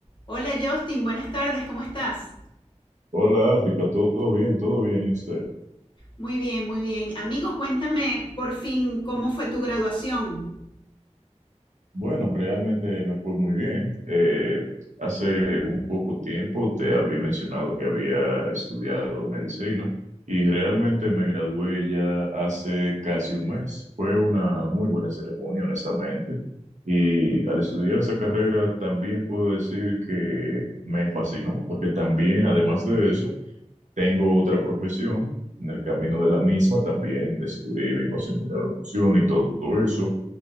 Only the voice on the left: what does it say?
Hola Justin, buenas tardes, ¿cómo estás?
Muy bien, muy bien. Amigo, cuéntame por fin cómo fue tu graduación.